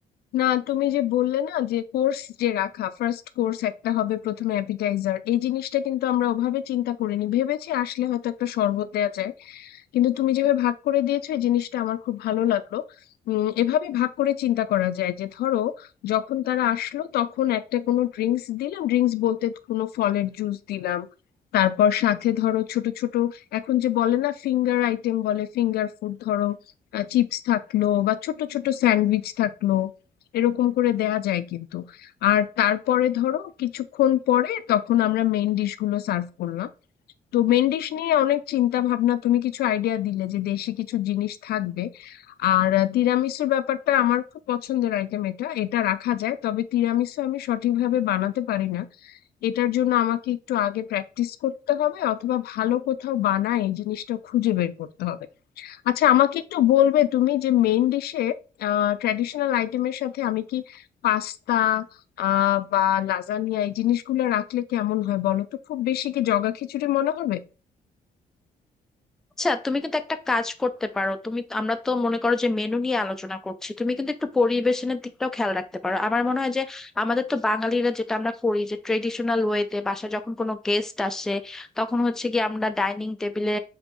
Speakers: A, on the left; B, in the centre.
A: না তুমি যে বললে না যে কোর্স যে রাখা ফার্স্ট কোর্স একটা হবে প্রথমে অ্যাপিটাইজার এই জিনিসটা কিন্তু আমরা ওভাবে চিন্তা করিনি ভেবেছি আসলে হয়তো একটা শরবত দেওয়া যায় কিন্তু তুমি যেভাবে ভাগ করে দিয়েছো এই জিনিসটা আমার খুব ভালো লাগলো উম এভাবে ভাগ করে চিন্তা করা যায় যে ধরো যখন তারা আসলো তখন একটা কোনো ড্রিঙ্কস দিলাম ড্রিঙ্কস বলতে কোনো ফলের জুস দিলাম তারপর সাথে ধরো ছোট ছোট এখন যে বলে না ফিঙ্গার আইটেম বলে ফিঙ্গার ফুড ধরো চিপস থাকলো বা ছোট ছোট স্যান্ডউইচ থাকলো এরকম করে দেয়া যায় কিন্তু আর তারপরে ধরো কিছুক্ষণ পরে তখন আমরা মেইন ডিশ গুলো সার্ভ করলাম তো মেন ডিশ নিয়ে অনেক চিন্তা ভাবনা তুমি কিছু আইডিয়া দিলে যে দেশি কিছু জিনিস থাকবে আর আহ, তিরামিসুর ব্যাপারটা আমার খুব পছন্দের আইটেম এটা এটা রাখা যায় তবে তিরামিসু আমি সঠিকভাবে বানাতে পারি না এটার জন্য আমাকে একটু আগে প্র্যাকটিস করতে হবে অথবা ভালো কোথাও বানায় এই জিনিসটা খুঁজে বের করতে হবে আচ্ছা আমাকে একটু বলবে তুমি যে মেইন ডিশে আহ ট্র্যাডিশনাল আইটেমের সাথে আমি কি পাস্তা আহ বা লাজানিয়া এই জিনিসগুলো রাখলে কেমন হয় বলো তো খুব বেশি কি জগা খিচুড়ি মনে হবে
B: আচ্ছা তুমি কিন্তু একটা কাজ করতে পারো তুমি আমরা তো মনে করো যে মেনু নিয়ে আলোচনা করছি তুমি কিন্তু একটু পরিবেশনের দিকটাও খেয়াল রাখতে পারো আমার মনে হয় যে আমাদের তো বাঙালিরা যেটা আমরা করি যে ট্রেডিশনাল ওয়েতে বাসা যখন কোনো গেস্ট আসে তখন হচ্ছে কি আমরা ডাইনিং টেবিলে